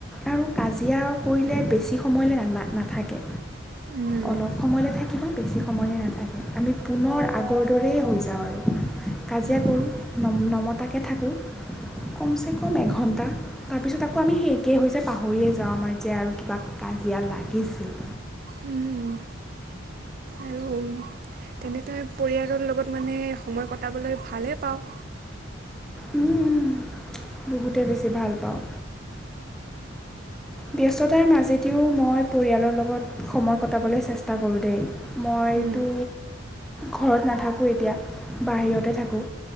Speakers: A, in the centre; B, on the right.
A: আৰু কাজিয়া কৰিলে বেছি সময়লে না না নাথাকে।
B: উম,
A: অলপ সময়লে থাকিব বেছি সময়লে নাথাকে আমি পুনৰ আগৰ দৰেই হৈ যাওঁ আৰু। কাজিয়া
B: অঁ
A: কৰোঁ নম নমতাকে থাকো। কমচেকম এঘণ্টা, তাৰপিছত আকৌ আমি সেই এ কে হৈ যে পাহৰিয়ে যাওঁ আমাৰ যে আৰু কিবা কাজিয়া লাগিছিল।
B: উম উম। আৰু তেনেকে পৰিয়ালৰ লগত মানে সময় কটাবলৈ ভালেই পাওঁ।
A: উম উম, বহুতেই বেছি ভাল পাওঁ। ব্যস্ততাৰ মাজেদিও মই পৰিয়ালৰ লগত সময় কটাবলে চেষ্টা কৰোঁ দেই। মইতো
B: উম,
A: ঘৰত নাথাকোঁ এতিয়া, বাহিৰতে থাকোঁ।